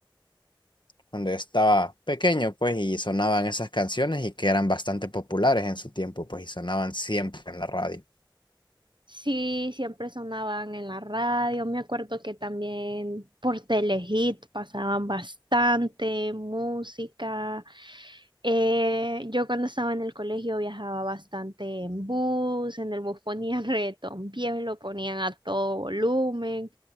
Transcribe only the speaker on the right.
Sí, siempre sonaban en la radio. Me acuerdo que también por Telehit pasaban bastante música. Eh, yo cuando estaba en el colegio viajaba bastante en bus, en el bus ponían <laughs> reggaetón viejo, lo ponían a todo volumen.